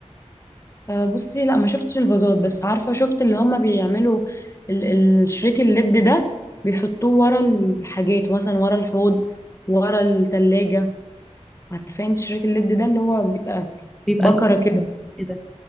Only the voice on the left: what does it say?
آه، بصي لا ما شفتش الفازات بس عارفه شفت اللي هما بيعملوا ال- الشريط الليد ده بيحطوه ورا الحاجات مثلا ورا الحوض ورا التلاجة عارفه انت شريط الليد ده اللي هو بيبقى
بكره
كده